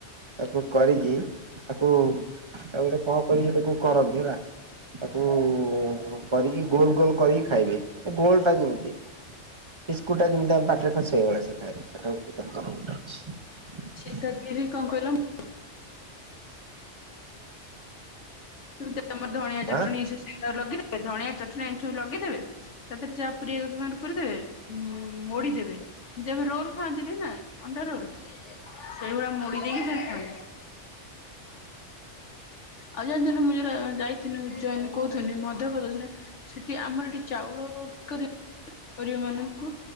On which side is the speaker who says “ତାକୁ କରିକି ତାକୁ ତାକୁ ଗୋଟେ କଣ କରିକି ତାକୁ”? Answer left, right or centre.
Right